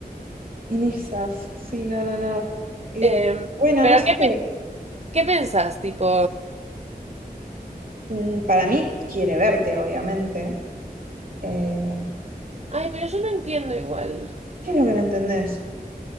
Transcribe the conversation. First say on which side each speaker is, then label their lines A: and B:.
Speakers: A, on the right; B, on the right.
A: En esas, sí, no, no, no. Eh,
B: Em,
A: bueno,
B: pero
A: no sé.
B: ¿qué, pe- qué pensás, tipo?
A: Mm, Para mí quiere verte, obviamente. Eh,
B: Ay, pero yo no entiendo igual.
A: ¿qué es lo que no entendés?